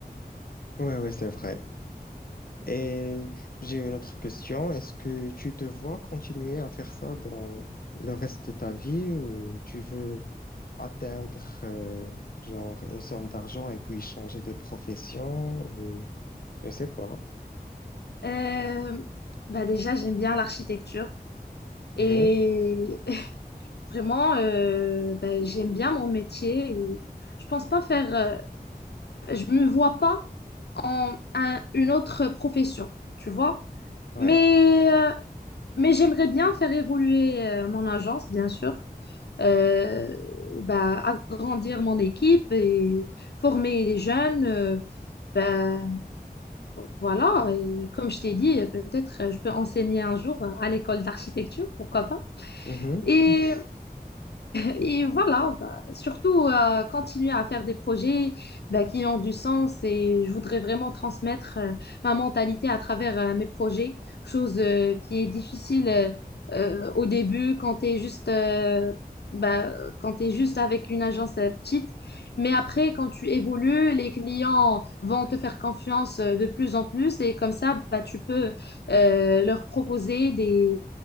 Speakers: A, on the left; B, on the left.
A: Ouais, ouais, c'est vrai. Et j'ai une autre question. Est-ce que tu te vois continuer à faire ça dans le reste de ta vie ou tu veux atteindre euh, genre une somme d'argent et puis changer de profession ou je ne sais pas.
B: Euh, ben déjà, j'aime bien l'architecture et
A: Mhm.
B: <laughs> vraiment, euh, ben, j'aime bien mon métier. Et je pense pas faire. euh, Je me vois pas en un- une autre profession, tu vois.
A: Ouais.
B: Mais, euh, mais j'aimerais bien faire évoluer euh, mon agence, bien sûr, euh, bah, agrandir mon équipe et former des jeunes. euh, bah, voilà, et comme je t'ai dit, peut-être euh, je peux enseigner un jour à l'école d'architecture, pourquoi pas.
A: Mhm.
B: Et
A: <laughs>
B: et voilà, bah, surtout euh, continuer à faire des projets bah, qui ont du sens et je voudrais vraiment transmettre euh, ma mentalité à travers euh, mes projets, chose euh, qui est difficile euh, euh, au début quand tu es juste, euh, bah, quand tu juste avec une agence euh, petite. Mais après, quand tu évolues, les clients vont te faire confiance euh, de plus en plus et comme ça, bah, tu peux euh, leur proposer des,